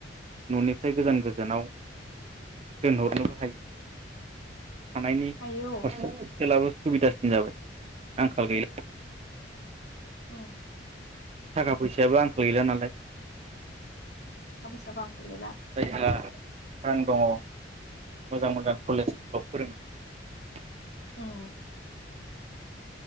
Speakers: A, on the right; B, on the left.
A: न'निफ्राय गोजान गोजानाव दोनहरनोबो हायो, थानायनि
B: हायो औ
A: हस्तेल, जेरावबो सुबिदासिन जाबाय आंखाल गैला,
B: उम
A: थाखा फैसायाबो आंखाल गैला नालाय,
B: थाखा फैसाबो आंखाल गैला,
A: जायहा रां दङो मोजां मोजां कलेजफोराव फोरोङो,
B: उम